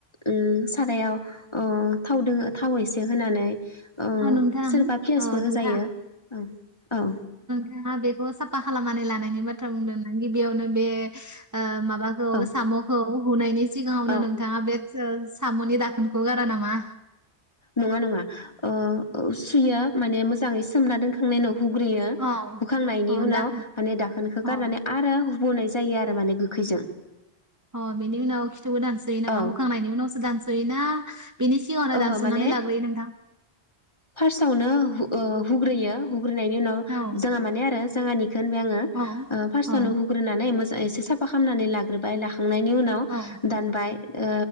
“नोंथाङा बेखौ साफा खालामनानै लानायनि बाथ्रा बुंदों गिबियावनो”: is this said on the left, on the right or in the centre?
Right